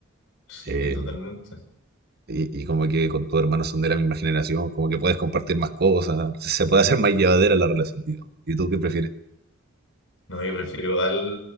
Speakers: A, on the left; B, on the right.
A: Sí,
B: Eh,
A: totalmente.
B: Y, y como que con tu hermano son de la misma generación, como que puedes compartir más cosas, se se puede hacer más llevadera la relación, digamos. ¿Y tú qué prefieres? <laughs>
A: No, yo prefiero al...